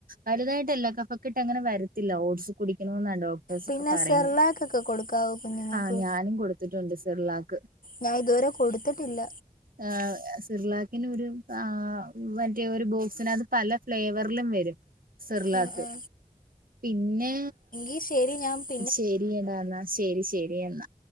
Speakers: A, on the right; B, on the left.
A: വലുതായിട്ടല്ല. കഫക്കെട്ട് അങ്ങനെ വരത്തില്ല. ഓട്ട്സ് കുടിക്കണമെന്നാ ഡോക്ട
B: പിന്നെ
A: പറയുന്നെ.
B: സെർലാക്കൊക്കെ കൊടുക്കാവോ കുഞ്ഞുങ്ങൾക്ക്
A: ആഹ് ഞാനും കൊടുത്തിട്ടുണ്ട് സെർലാക്ക്.
B: ഞാൻ ഇതുവരെ കൊടുത്തിട്ടില്ല.
A: ആ സെർലാക്കിന് ഒരു ആ മറ്റെ ഒരു ബോക്സിനകത്ത് അത് ഫ്ലേവറിലും വെരും. സെർലാക്ക്
B: ആ ആ
A: പിന്നെ.
B: ഈ ശെരി ഞാം.
A: ശെരിയടാ ഇന്നാ ശെരി ശെരി എന്നാ.